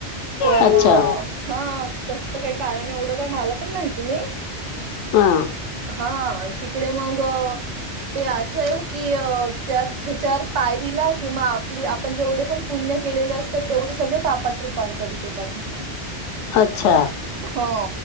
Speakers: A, on the right (about 85°); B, on the left (about 80°).
A: पण
B: अच्छा
A: हं.. तसं तर काही कारण एवढं काही, मला पण माहिती नाही.
B: आं..
A: हा तिकडे मगं. ते असंय की, अ त्या हेच्या पायरीला. की आपले आपण जेवढे पण, पुण्य केलेले असतात तेवढे सगळे. पापात रूपांतरित होतात म्हणतात.
B: अच्छा
A: हो